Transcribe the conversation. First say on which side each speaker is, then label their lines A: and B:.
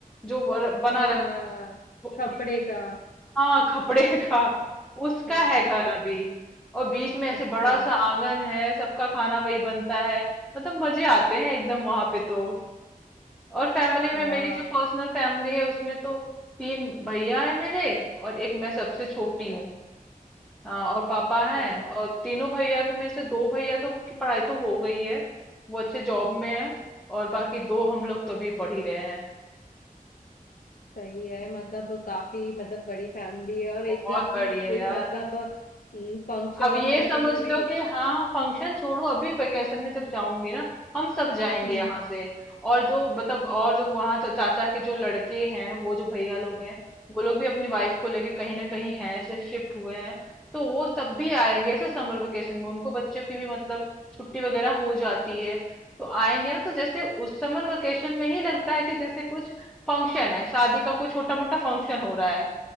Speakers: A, in the centre; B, on the left.
A: जो वो र- बना
B: हाँ
A: रहता
B: कपड़े
A: है
B: का
A: हाँ खपड़े का उसका
B: हाँ
A: है घर अभी और बीच में
B: अच्छा
A: ऐसे बड़ा सा आंगन है सबका खाना वही बनता है मतलब मजे आते हैं एकदम वहां पे तो और फैमिली में
B: हाँ
A: मेरी जो पर्सनल फैमिली है उसमें तो तीन भैया है मेरे और एक मैं सबसे छोटी
B: अच्छा
A: हूँ हाँ और पापा
B: अच्छा
A: हैं और तीनों भैया के में से दो भैया तो की पढ़ाई तो हो गई है वो अच्छे जॉब में है और बाकी दो हम लोग तो अभी पढ़ ही रहे हैं
B: सही है मतलब काफी मतलब बड़ी फैमिली है और एक
A: बहुत
B: जब भी
A: बढ़िया
B: कोई
A: यार
B: मतलब फंक्शन
A: अब ये
B: या
A: समझ
B: फिर कोई
A: लो कि हाँ फंक्शन छोड़ो अभी वेकेशन में जब जाऊंगी ना हम सब जाएंगे
B: हम्म
A: यहाँ से और जो मतलब और जो वहाँ चा, चाचा के जो लड़के हैं वो जो भैया लोग हैं वो लोग भी अपनी वाइफ को लेके कहीं ना कहीं हैं ऐसे शिफ्ट हुए हैं तो वो सब भी आएंगे ऐसे समर वेकेशन में उनको बच्चों की भी मतलब छुट्टी वगैरह हो जाती है तो आएंगे ना तो जैसे उस समर वेकेशन में ही लगता है कि जैसे कुछ फंक्शन है शादी का कोई छोटा मोटा फंक्शन हो रहा है